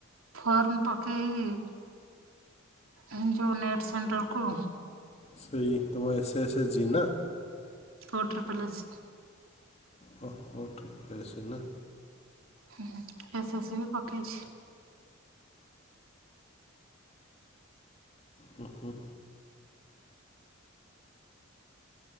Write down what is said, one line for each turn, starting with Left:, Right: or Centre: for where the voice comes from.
Right: ଫର୍ମ ପକେଇ ଏନ ଯୋଉ ନେଟ ସେଣ୍ଟର କୁ।
Left: ସେଇ ତମ S A S S G ନା?
Right: ଫୋର୍ଥର ପଲେଶି
Left: ହୋ ହୋର୍ତ ପ୍ଲେସ ନା?
Right: ହୁଁ ଏସ ଏସି ବି ପକେଇଛି।
Left: ହୁ ହୁ।